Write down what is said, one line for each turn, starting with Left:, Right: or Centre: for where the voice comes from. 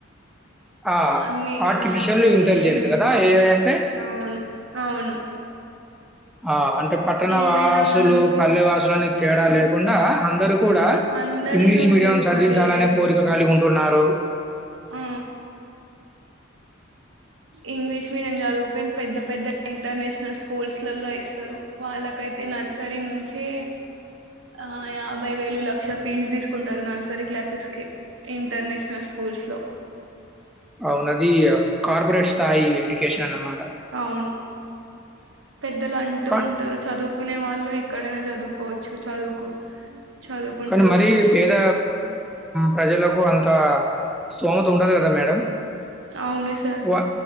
Centre: ఆ
Right: అన్ని
Centre: ఆర్టిఫిషియల్
Right: దాంట్లోని
Centre: ఇంటెలిజెన్స్
Right: ఏ ఐ నుంచి
Centre: గదా! ఏఐ అంటే?
Right: అవును అవును
Centre: ఆ అంటే పట్టణ
Right: ఏదైనా
Centre: వాసులు
Right: మనకి
Centre: పల్లె వాసులున్న తేడా లేకుండా అందరు కూడా
Right: అందరూ
Centre: ఇంగ్లీష్
Right: యూజ్
Centre: మీడియం
Right: జేస్తున్నారు
Centre: చదివించాలనే
Right: ఏఐని.
Centre: కోరిక కలుగింటున్నారు
Right: ఆ ఇంగ్లీష్ మీడియం చదువుపోయిన పెద్ద పెద్ద ఇంటర్నేషనల్ స్కూల్స్ లలో ఇస్తారు వాళ్ళకైతే నర్సర నుంచి ఆ యాభై వేలు లక్ష ఫీజు తీసుకుంటారు నర్సరీ క్లాసెస్ కి ఇంటర్నేషనల్ స్కూల్స్ లో
Centre: అవునది కార్పొరేట్ స్థాయి ఎడ్యుకేషన్ అన్నమాట
Right: అవును పెద్దలు అంటూ
Centre: కానీ
Right: ఉంటారు చదువు కునే వాళ్ళు ఎక్కడైనా చదువుకోవచ్చు చదువుకు చదువుకుంటారు
Centre: కానీ మరి
Right: అనేసి
Centre: పేద ప్రజలకు అంత స్తోమత ఉండాలి కదా మేడం
Right: అవును సార్
Centre: వా